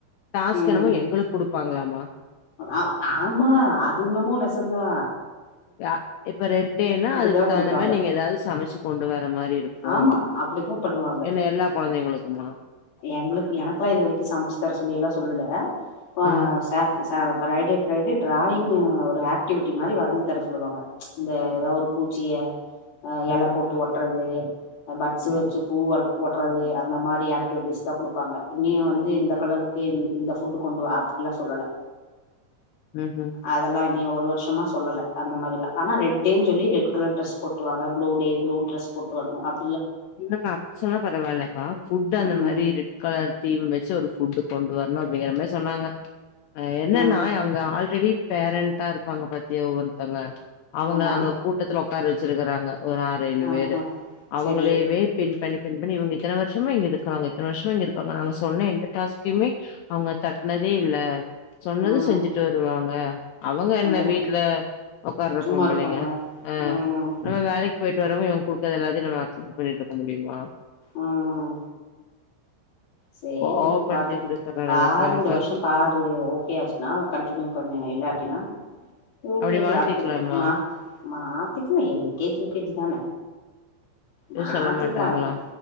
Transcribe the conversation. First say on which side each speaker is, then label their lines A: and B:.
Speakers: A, on the left; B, on the left.
A: டாஸ்க்
B: உம்
A: என்னமோ எங்களுக்கு குடுப்பாங்களாமா
B: அவ் ஆமா அது என்னமோ நெ சந்தா
A: யா இப்ப ரெட் டேன்னா அதுக்கு
B: தா
A: தகுந்த
B: குடுப்பாங்க
A: மாரி நீங்க ஏதாவ்து சமைச்சு கொண்டு வர மாரி இருக்கு
B: ஆமா அப்டித்தா பண்ணுவாங்க.
A: என்ன எல்லா கொழந்தைங்களுக்குமா
B: எங்களுக்கு எனக்கெல்லா இது வரைக்கும் சமைச்சு தர சொல்லி எல்லாம் சொல்லுல ஆஹ்
A: ம்
B: <inaudible> ஃப்ரைடே ஃப்ரைடே டிராயிங் ஒரு ஆக்டிவிட்டி மாரி வரஞ்சு தர சொல்லுவாங்க இந்த ஏதாவ்து ஒரு பூச்சிய ஆஹ்
A: ம்
B: எல போட்டு ஒட்டுறது பட்ஸ்
A: ம்
B: வச்சு பூவல் ஓட்டுறது அந்த மாரி ஆக்டிவிட்டிஸ் தா குடுப்பாங்க இங்கியும் வந்து இந்த கலருக்கு இ இந்த ஃபுட்டு் கொண்டு அப்டிலாம் சொல்லல
A: ம்ஹ்ம்
B: அதெல்லா இன்னைய ஓர் ஒரு வர்ஷமா சொல்லல அந்த மாரில்லா ஆன ரெட் டேன்னு சொல்லி ரெட் கலர் டிரஸ் போட்டுவாங்க blue day blue dress boat <unintelligible>
A: நா அப்படிச்சொன்ன பரவாயில்லைக்கா பிவூட் அந்த
B: ம்
A: மாரி ரெட் கலர் தீம் வெச்சு ஒரு ஃப்வூட் கொண்டு வரணு அப்டிங்கிற மாரி சொன்னாங்க அஹ என்னன்னா
B: ம்
A: அங்க ஆல்ரெடி பேரண்டா இருப்பாங்க பாத்திய ஒவ்வருத்தங்க அவங்க
B: ஆமா
A: அங்க கூட்டத்துல உக்கார் வச்சிருக்கறாங்க ஒரு ஆற ஏழு
B: ஆ
A: பேரு
B: ஆ
A: அவங்களே
B: செரி
A: பின் பண்ணி பின் பண்ணி இவங்க இத்தனை வருஷமா இங்க இருக்கிறாங்க இத்தன வருஷமா இங்க இருக்காங்க நாங்க சொன்ன எந்த டாஸ்குமே அவங்க தட்டனதே இல்ல சொன்னது
B: ம்
A: செஞ்சுட்டு வருவாங்க அவங்க என்ன
B: அந்த
A: வீட்டுல உட்கார்ற
B: சும்மா
A: பொம்பளைங்க
B: இருப்பாங்க
A: ஆஹ்
B: ம்
A: நம்ம வேலைக்கு போயிட்டு வரறவங் இவ் கூட்டத எல்லாதையு நம அசிஸ் பண்ணிடுருக்க முடியுமா
B: ஆஹ் சேரி
A: கோவப்படுத்திட்டு
B: விடு பாத்துக்கோ
A: இருக்கறனாலக்கா
B: பாரு இந்த வருஷோ பாரு ஓகேயாச்சுன்னா கண்டினியூ பண்ணு இல்லா அப்டினா யுகேஜி
A: அப்டி மாத்திக்கலாமா
B: அப்பு மா மாத்திக்கலா எல்கேஜி யுகேஜி தான மாத்திக்கலா
A: எது சொல்ல மாட்டாங்களா
B: அதெல்லா